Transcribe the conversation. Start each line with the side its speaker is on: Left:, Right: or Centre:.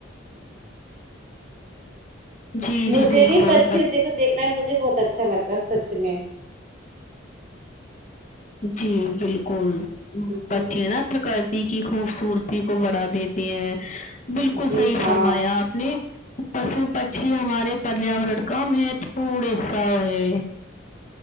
Left: جی
Right: مجھے
Left: جی بالکل
Right: بھی پچے د دیکھنا ہے مجھے بہت اچھا لگتا ہے سچ میں
Left: جی بالکل
Right: جی
Left: بچے نا پرکرتی کی خوبصورتی کو بڑھا دیتے ہیں بالکل
Right: جی
Left: صحیح
Right: ہاں
Left: فرمایا آپ نہیں پشو پچھی ہمارے پریا لڑکا مہت پور ای سا ہے